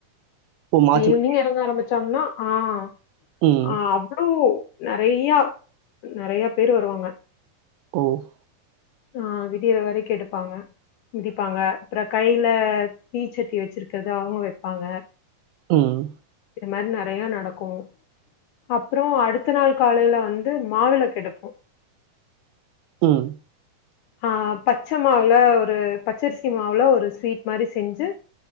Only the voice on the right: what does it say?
ஓ
மாற்றி
மாற்றி
ம்
ஓஹ்
உம்
உம்